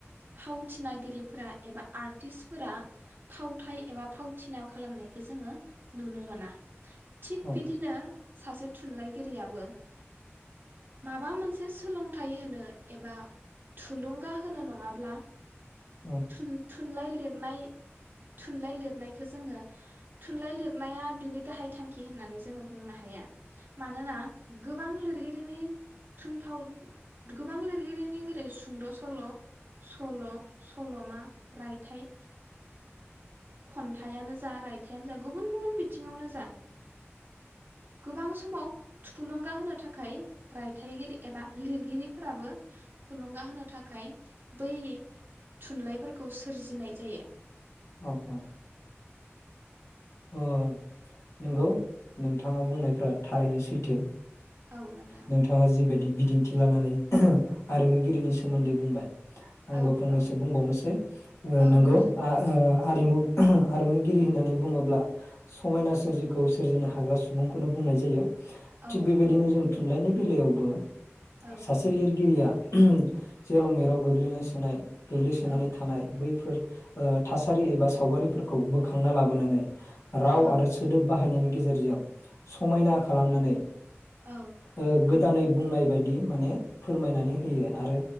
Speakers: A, on the right; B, on the left.
A: फावथिनागिरिफोरा एबा आर्टिस्टफोरा फावथाय एबा फाव थिना खालामनायखौ जोङो नुनो मोना। थिग
B: औ
A: बिदिनो सासे थुनलाइगिरियाबो माबा मोनसे एसे सोलोंथाइ होनो एबा थुलुंगा होनो नङाब्ला
B: औ
A: थुन थु थुनलाइ लिरनाय थुनलाइ लिरनायखौ जोङो थुनलाइ लिरनाया बिनि गाहाय थांखि होननानै जोङो बुंनो हाया। मानोना गोबां लिर गिरिनि थुनफाव गोबां लिरगिरिनि सुंद' सल', सल', सल'मा रायथाइ खन्थाइआनो जा रायथाइआनो जा गुबुन गुबुन बिथिङावनो जा गोबां समाव थुलुंगा होनो थाखाय रायथाइगिरि एबा लिर गिरिफोराबो थुलुंगा होनो थाखाय बै थुनलाइफोरखौ सोरजिनाय जायो।
B: औ औ ओ नंगौ नोंथाङा बुंनायफ्रा थारैनो सैथो।
A: औ नोंथां
B: नोंथाङा जिबायदि बिदिन्थि लानानै आरिमुगिरिनि सोमोन्दै बुंबाय आंबो
A: औ
B: फंनैसो
A: औ
B: बुंबावनोसै ओ
A: औ
B: नंगौ
A: नोंथां
B: आ ओ आरिमु आरिमुगिरि होननानै बुङोब्ला समायना सोरजिखौ सोरजिनो हाग्रा सुबुंखौनो बुंनाय जायो।
A: औ
B: थिग बेबायदिनो
A: औ
B: जों थुनलाइनि बेलायावबो
A: औ
B: सासे लिरगिरिया <unintelligible> जेराव मेराव गोग्लैना सोनाय गोग्लैसोनानै
A: औ
B: थानाय बैफोर ओ <unintelligible> सारि एबा सावगारिफोर खौ बोखांना लाबोनानै राव
A: औ
B: आरो सोदोब बाहायनायनि गेजेरजों समायना खालामनानै
A: औ
B: ओ गो दा नै बुंनाय बायदि माने फोरमायनानै होयो आरो